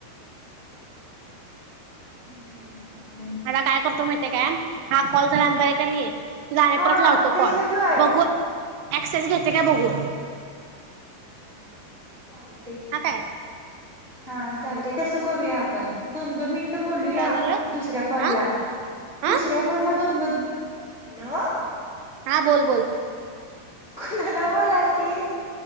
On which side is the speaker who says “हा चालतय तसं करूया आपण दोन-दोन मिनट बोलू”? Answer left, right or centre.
Left